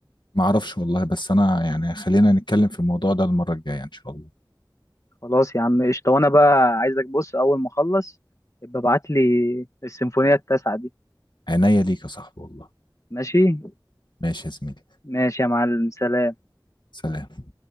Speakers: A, on the left; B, on the left.
A: ما اعرفش والله بس انا يعني خلينا نتكلم في الموضوع ده المره الجايه ان شاء الله
B: خلاص يا عم قشطة وانا بقى عايزك بص اول ما اخلص يبقى ابعت لي السيمفونية التاسعة دي
A: عينيا ليك يا صاحبي والله
B: ماشي
A: ماشي يا زميلي
B: ماشي يا معلم سلام
A: سلام